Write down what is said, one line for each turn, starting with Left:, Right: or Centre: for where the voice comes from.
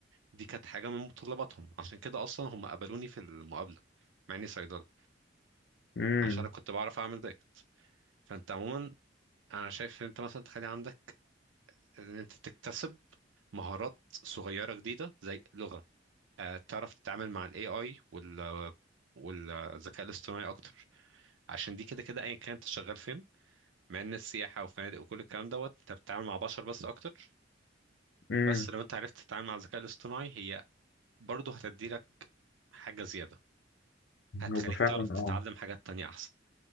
Right: دي كانت حاجه من متطلباتهم عشان كده اصلا هم قبلوني في المقابله مع اني صيدله
Left: امم
Right: عشان انا كنت بعرف اعمل دايت فانت عموما انا شايف ان انت مثلا تخلي عندك ان انت تكتسب مهارات صغيره جديده زي لغه آه، تعرف تتعامل مع الاي اي وال والذكاء الاصطناعي اكتر عشان دي كده كده ايا كان انت شغال فين مع ان السياحه وفنادق وكل الكلام دوت انت بتتعامل مع بشر بس اكتر
Left: امم.
Right: بس لو انت عرفت تتعامل مع الذكاء الاصطناعي هي برضه هتدي لك حاجه زياده هتخليك
Left: هو فعلا
Right: تعرف تتعلم
Left: اه
Right: حاجات تانية احسن